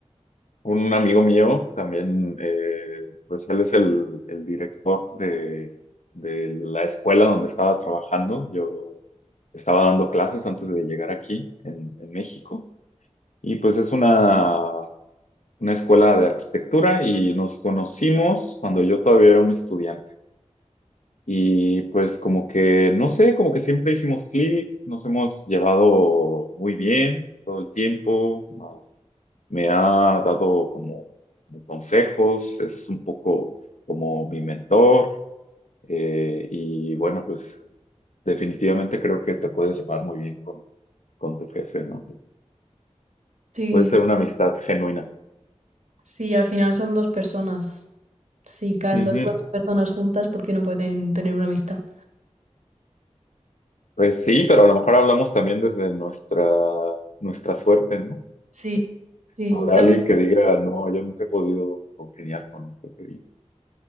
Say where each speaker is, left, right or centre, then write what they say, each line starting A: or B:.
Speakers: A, on the left; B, on the right.
A: un amigo mío también, eh, pues él es el, el director de, de la escuela donde estaba trabajando. Yo estaba dando clases antes de llegar aquí en, en México. Y pues es una, una escuela de arquitectura y nos conocimos cuando yo todavía era un estudiante. Y pues como que, no sé, como que siempre hicimos clic, nos hemos llevado muy bien todo el tiempo. ah, Me ha dado como como consejos, es un poco como mi mentor. eh, y bueno, pues definitivamente creo que te puedes llevar muy bien con, con tu jefe, ¿no?
B: Sí,
A: Puede ser una amistad genuina.
B: sí, al final son dos personas. Si caen
A: Ujú.
B: dos buenas personas juntas, ¿por qué no pueden tener una amistad?
A: Pues sí, pero a lo mejor hablamos también desde nuestra, nuestra suerte, ¿no?
B: Sí, sí,
A: Habrá
B: también.
A: alguien que diga, no, yo nunca he podido congeniar con un pepe.